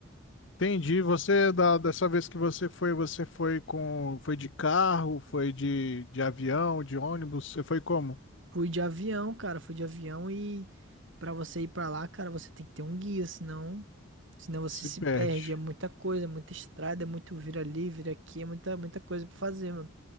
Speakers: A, on the left; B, on the right.
A: Entendi. Você, da, dessa vez que você foi, você foi com, foi de carro, foi de, de avião, de ônibus, você foi como?
B: Fui de avião, cara, fui de avião e pra você ir pra lá, cara, você tem que ter um guia, senão, senão você
A: Se
B: se
A: perde.
B: perde, é muita coisa, é muita estrada, é muito vira ali, vira aqui, é muita, muita coisa pra fazer, mano.